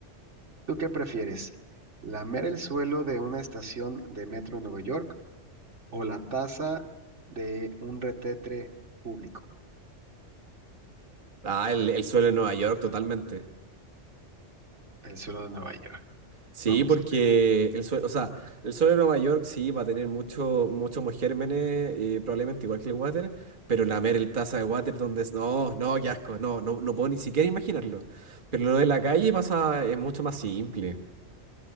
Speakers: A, on the right (about 75°); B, on the right (about 45°).
A: ¿Tú qué prefieres? ¿Lamer el suelo de una estación de metro en Nueva York o la taza de un retetre público?
B: Ah, el, el suelo de Nueva York, totalmente.
A: El suelo de Nueva York.
B: Sí,
A: Vamos
B: porque
A: a ver.
B: el suelo, o sea, el suelo de Nueva York sí va a tener mucho, muchos más gérmenes, eh, probablemente igual que el water, pero lamer el taza de water donde es, no, no, qué asco, no, no, no puedo ni siquiera imaginarlo. Pero lo de la calle pasa, es mucho más simple.